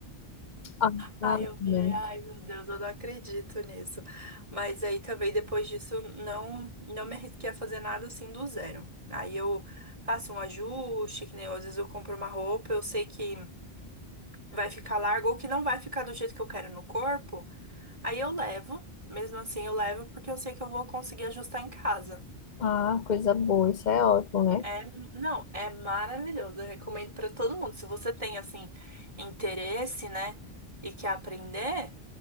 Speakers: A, on the left (about 55°); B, on the right (about 30°).
A: ah,
B: Aí
A: ah,
B: eu
A: né?
B: falei, ai meu Deus, eu não acredito nisso. Mas aí também depois disso não não me arrisquei a fazer nada assim do zero. Aí eu faço um ajuste, que nem eu, às vezes eu compro uma roupa, eu sei que vai ficar largo ou que não vai ficar do jeito que eu quero no corpo, aí eu levo. Mesmo assim eu levo porque eu sei que eu vou conseguir ajustar em casa.
A: Ah, coisa boa, isso é ótimo, né?
B: É, não, é maravilhoso. Eu recomendo pra todo mundo. Se você tem assim interesse, né, e quer aprender